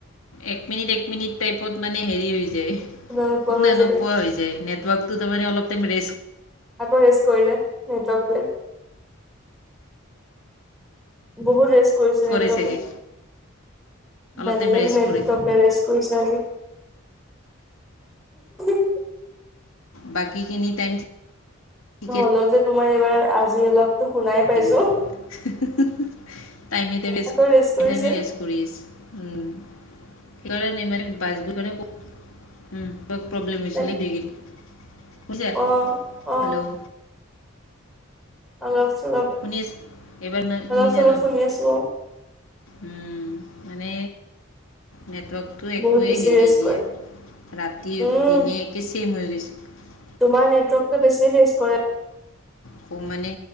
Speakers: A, on the left (about 75°); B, in the centre.
A: এক মিনিট, এক মিনিট টাইপত মানে হেৰি হৈ যায়,
B: নোপোৱা
A: শুনা
B: হৈ যায়
A: নোপোৱা হৈ যায়। নেটৱৰ্কটো তাৰমানে অলপ মান ৰেষ্ট
B: আকৌ ৰেষ্ট কৰিলে নেটৱৰ্কটোৱে। বহুত ৰেষ্ট কৰিছে নেটৱৰ্কে।
A: কৰে চাগে অলপ
B: বেলেগ
A: টাইম ৰেষ্ট
B: নেটৱৰ্কে
A: কৰে
B: ৰেষ্ট কৰিছে আজি <unintelligible>
A: বাকী খিনি টাইম ঠিকে
B: হ'লেও টো তোমাৰ এইবাৰ আজি অলপটো শুনাই পাইছো
A: <unintelligible> টাইমে টাইমে ৰেষ্ট
B: আকৌ
A: টাইমে
B: কৰিছে
A: টাইমে ৰেষ্ট কৰি আছে উম <unintelligible> <unintelligible> উম। ক প্ৰব্লেম হৈছিলে
B: তাক
A: <unintelligible>
B: অ অ
A: হেল্ল'।
B: অলপ চলপ
A: শুনি আছে এবাৰ শুনা-
B: অলপ
A: শুনিছা
B: চলপ
A: ন
B: শুনি আছো আও।
A: উম মানে নেটৱৰ্ক তো একোৱেই
B: বহুত বেছি
A: হেৰি
B: ৰেষ্ট
A: নাই দিয়া,
B: কৰে
A: ৰাতি
B: উম
A: দিনে একে চেম হৈ গৈছে।
B: তোমাৰ নেটৱৰ্কটো বেছি ৰেষ্ট কৰে।
A: ক মানে